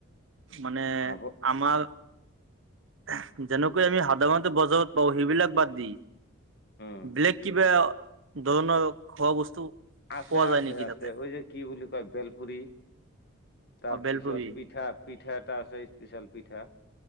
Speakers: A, on the right (about 70°); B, on the left (about 50°).
A: মানে,
B: খাব
A: আমাৰ হেঁহ যেনেকৈ আমি সাধাৰণতে বজাৰত পাওঁ। সেইবিলাক বাদ দি,
B: উম
A: বেলেগ কিবা ধৰণৰ খোৱা বস্তু
B: আছে,
A: পোৱা যায়
B: আছে,
A: নেকি
B: আছে,
A: তাতে
B: ঐ যে কি বুলি কয় বেলপুৰি। তাৰপিছত
A: অ বেলপুৰি
B: পিঠা, পিঠা এটা আছে স্পিচিয়েল পিঠা।